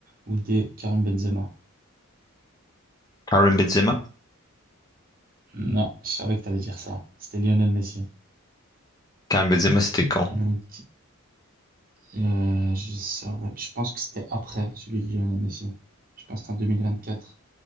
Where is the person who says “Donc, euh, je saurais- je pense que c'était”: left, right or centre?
Right